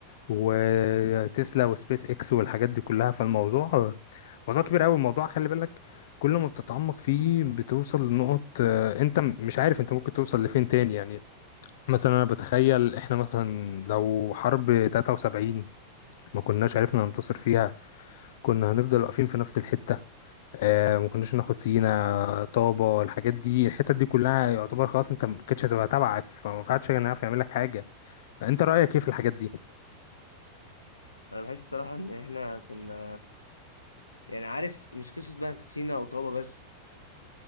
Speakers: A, on the left; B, on the left.
A: وتسلا وسبيس اكس والحاجات دي كلها فالموضوع موضوع كبير قوي الموضوع خلي بالك كل ما بتتعمق فيه بتوصل لنقط آه، انت م- مش عارف انت ممكن توصل لفين تاني يعني مثلا انا بتخيل احنا مثلا لو حرب 73 ما كناش عرفنا ننتصر فيها كنا هنفضل واقفين في نفس الحتة آه ما كناش ناخد سينا
B: اه
A: طابة الحاجات دي الحتت دي كلها يعتبر خلاص انت ما كانتش هتبقى تبعك فما فيهاش حاجة يعرف يعمل لك حاجة فانت رأيك ايه في الحاجات دي
B: انا بحس بصراحه ان احنا كنا يعني عارف مش قصه بقى سينا او طابه بس